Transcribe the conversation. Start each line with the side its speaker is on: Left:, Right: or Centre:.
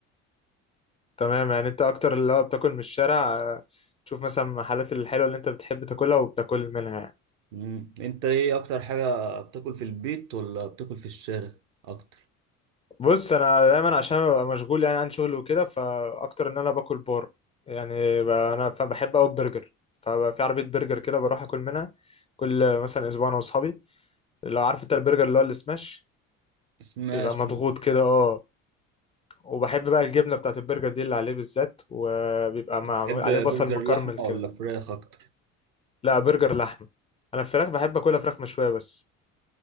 Left: تمام يعني انت اكتر اللي هو بتاكل من الشارع آه، تشوف مثلا المحلات الحلوة اللي انت بتحب تاكلها وبتاكل منها يعني.
Right: مم. انت ايه اكتر حاجة بتاكل في البيت ولا بتاكل في الشارع اكتر
Left: بص انا دايما عشان ببقى مشغول يعني عن شغل وكده فاكتر ان انا باكل بار يعني ب- انا ف- بحب اوي البرجر ففي عربيه برجر كده بروح اكل منها كل مثلا اسبوع انا واصحابي لو عارف انت البرجر اللي هو السماش
Right: سماش
Left: بيبقى مضغوط كده اه وبحب بقى الجبنه بتاعت البرجر دي اللي عليه بالذات وبيبقى
Right: بتحب
Left: مع عليه بصل
Right: برجر
Left: مكرمل
Right: لحمة ولا
Left: كده
Right: فراخ اكتر
Left: لا برجر لحمه انا الفراخ بحب اكلها فراخ مشويه بس